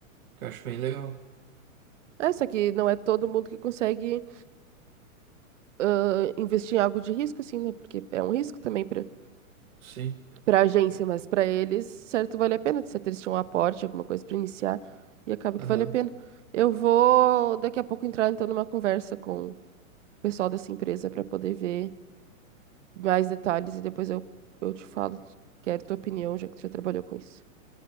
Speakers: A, on the right (about 80°); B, on the right (about 60°).
A: que eu acho bem legal.
B: É, só que não é todo mundo que consegue ah, investir em algo de risco, assim, né? Porque é um risco também para
A: Sim.
B: para a agência, mas para eles, certo, vale a pena. Certo, eles tinham um aporte, alguma coisa para iniciar, e acaba
A: Aham.
B: que vale a pena. Eu vou daqui a pouco entrar, então, numa conversa com o pessoal dessa empresa para poder ver mais detalhes e depois eu, eu te falo, quero tua opinião, já que tu já trabalhou com isso.